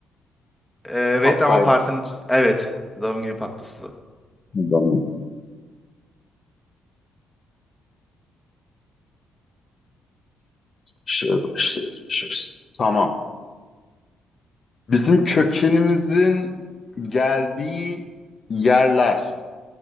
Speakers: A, in the centre; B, on the left (about 40°).
A: Ee,
B: Pastayla.
A: Evet ama partinin iç- evet. Doğum günü partisi.
B: Buradan Şöyle başlıyoruz. başlıyoruz. Tamam. Bizim kökenimizin geldiği yerler.